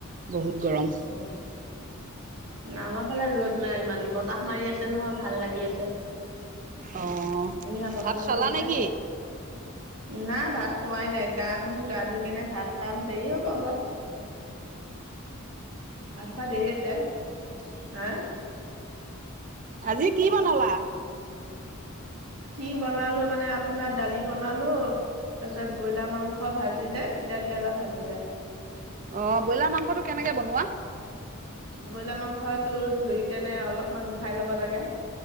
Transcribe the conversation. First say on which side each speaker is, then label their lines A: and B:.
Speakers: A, on the right (about 40°); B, on the right (about 80°).
A: বহুত গৰম।
B: উম', আমাৰ ফালে ৰ'দ নাই ইমান বতাহ মাৰি আছে নহয় ভাল লাগি আছে। সেয়া
A: অঁ
B: বতাহ
A: ভাত
B: লাগি
A: খালা
B: আছে।
A: নেকি?
B: নাই ভাত খোৱাই নাই। গা ধুম, গা ধুই কেনে ভাত খাম, দেৰি হ'ব অলপ। ভাত খোৱা দেৰি আছে হা?
A: আজি কি বনালা?
B: কি বনালোঁ মানে আপোনাৰ ডালি বনালোঁ। তাৰপিছত বইলাৰ মাংস ভাজিলে, তিতা কেৰেলা ভাজিলে।
A: অ' বইলাৰ মাংসটো কেনেকে বনোৱা?
B: বইলাৰ মাংসটো ধুই কেনে অলপমান উহাই ল'ব লাগে।